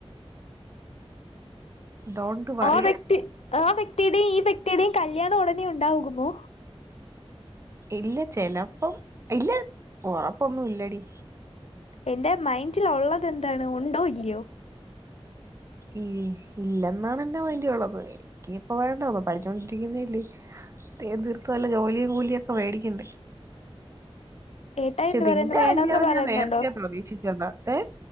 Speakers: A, on the right; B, on the left.
A: ഡോണ്ട് വറി
B: ആ വ്യക്തി ആ വ്യക്തിയുടെയും ഈ വ്യക്തിയുടെയും കല്യാണം ഉടനെ ഉണ്ടാകുമോ
A: ഇല്ല ചെലപ്പം ഇല്ല ഉറപ്പൊന്നും ഇല്ലടി.
B: എന്റെ മൈൻഡിലുള്ളതെന്താണ് ഉണ്ടോ ഇല്ലയോ?
A: ഇ ഇല്ലെന്നാണ് എന്റെ മൈൻഡിലുള്ളത് എനി ഇപ്പൊ വേണ്ട അപ്പ പഠിച്ചോണ്ടിരിക്കുന്നല്ലെ <unintelligible> തീർത്ത് വല്ല ജോലിയും കൂലിയൊക്കെ മേടിക്കണ്ടേ.
B: ഏട്ടായി
A: പക്ഷെ
B: എന്ത്
A: നിന്റെ
B: പറയുന്നു വേണന്ന്
A: കല്യാണം
B: പറയുന്നുണ്ടോ
A: ഞാൻ നേരത്തെ പ്രതീക്ഷിച്ചത ഏ